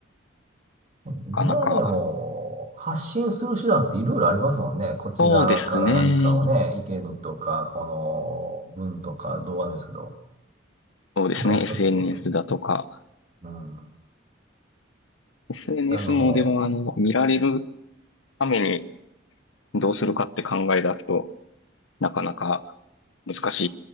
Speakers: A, on the right; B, on the left.
A: 今はね、
B: なかなか、
A: もう、発信する手段っていろいろありますもんね。こちらから何かをね、
B: そうですね。
A: 意見とか、この文とか動画なんですけど、
B: そうですね。
A: 昔と違って。
B: SNS だとか、
A: うん。
B: SNS
A: あの、
B: もでも、あの、見られるためにどうするかって考え出すと、なかなか難し